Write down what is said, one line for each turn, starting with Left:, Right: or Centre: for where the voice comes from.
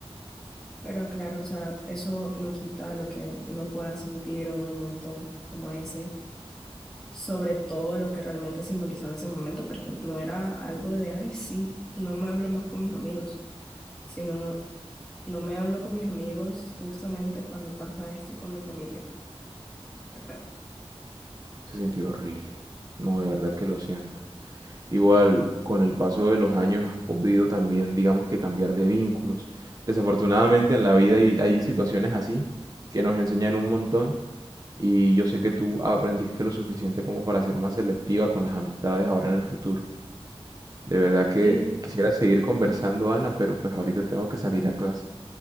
Centre: pero claro, o sea, eso no quita lo que uno pueda sentir en un momento como ese, sobre todo lo que realmente simbolizaba ese momento, porque no era algo de, ay, sí, no me hablo más con mis amigos, sino no me hablo con mis amigos justamente cuando pasa esto con mi familia. <laughs> Qué feo.
Right: se sintió horrible. No, de verdad que lo siento. Igual, con el paso de los años has podido también, digamos que cambiar de vínculos. Desafortunadamente en la vida hay, hay situaciones así que nos enseñan un montón y yo sé que tú aprendiste lo suficiente como para ser más selectiva con las amistades ahora en el futuro. De verdad que
Centre: Sí,
Right: quisiera seguir conversando, Ana, pero pues ahorita tengo que salir a clase.